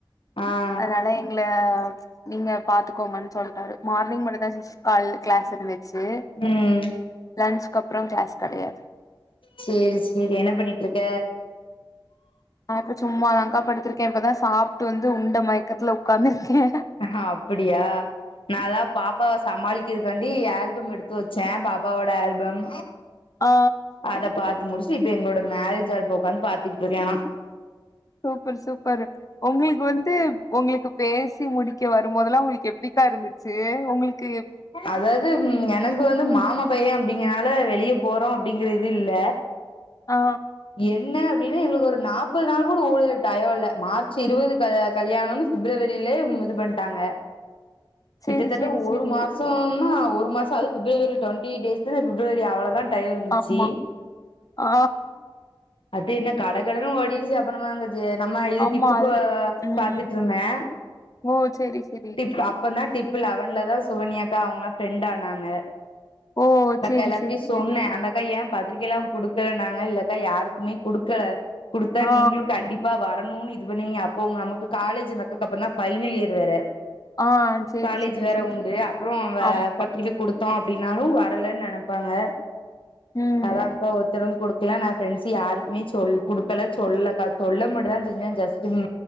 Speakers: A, on the left; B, on the left.
A: ஆ
B: னால எங்கல நீங்க பாத்துக்கோங்கன்னு சொல்ட்டாரு மார்னிங் மட்டுந்தா சி கால் கிளாஸ் இருந்துச்சு
A: ம்
B: லன்ச் கப்புறோ க்ளாஸ் கடையாது
A: செரி சேரி என்ன பண்ணிட்ருக்க
B: நா இப்ப சும்மா தாங்க்கா படுத்துருக்கே இப்பதா சாப்ட்டு வந்து உண்ட மயக்கத்துல ஒக்காந்துருக்கே
A: அ அப்படியா நா லா பாப்பா வ சமாளிக்கதுக்காண்டி ஆல்பம் எடுத்து வெச்சே பாப்பாவோட ஆல்பம்
B: ஆ
A: அத பாத்து முடிச்சி இப்ப எங்களோட மேரேஜ் ஆல்பம் ஒக்காஞ் பாத்துக்கிட்ருக்கே ஆனா
B: சூப்பர் சூப்பர் உங்குளுக்கு வந்து உங்குளுக்கு பேசி முடி இங்க வரும்போதுல்லா உங்குளுக்கு எப்படிக்கா இருந்துச்சு உங்குளுக்கு எப்
A: அதாவது எனக்கு வந்து மாமா பைய அப்டீங்கனால வெளிய போறோ அப்டீங்கற இது இல்ல
B: ஆ
A: என்ன அப்டின்னா எங்களுக்கு ஒரு நாப்பது நாள் கூட ஊடல்ல டயோ இல்ல மார்ச் இருவது கல்யாணோனு பிப்ரவரியிலே இது பண்ட்டாங்க
B: சேரி
A: கிட்டத்தட்ட
B: சேரி
A: ஒரு
B: சேரி
A: மாசோ சோ ன்னா ஒரு மாசோ அது பிப்ரவரி டுவெண்டி யெய்ட்ஸ் பிப்ரவரி அவ்ளோதா டயோ இருந்துச்சு
B: ஆமா அ
A: அது என்ன கட கட ஓடிடுச்சு அப்றம்மாங்க நம்ம இது
B: ஆமா
A: டிப்புக்கு
B: அது ம்
A: பாத்துட்ருந்தே
B: ஓ செரி செரி
A: ப் அப்ப தா டிப்பு லெவன்லதா சுகன்யாக்கா அவுங்களா ஃப்ரெண்ட் ஆனாங்க
B: ஓ
A: பட்
B: செரி
A: எல்லாத்துட்டியு
B: செரி செரி
A: சொன்னே ஏ பத்திரிக்கைய்ல்லா குடுக்கல நாங்க இல்லக்கா யாருக்குமே குடுக்கல குடுத்தா
B: ஆ
A: நீங்களு கண்டிப்பா வரணுனு இது பண்ணுவீங்க அப்போ நமக்கு காலேஜ் நமக்கு அந்தக்கா ஃபைனல் இயர் வேற
B: ஆ செரி
A: காலேஜ்
B: செரி
A: வேற
B: செரி
A: உண்டு அப்றோ வே
B: ஆமா
A: பத்திரிக்க குடுத்தாலு அப்டின்னாலு வரலன் நெனைப்பாங்க
B: ம்
A: அதாக்கா ஒருத்தரு குடு க்ல நா ஃப்ரெண்ட்ஸ் யாருக்குமே சொல் குடுக்கல சொல்ல சொல்ல மட்டுதா செஞ்சே ஜஸ்ட்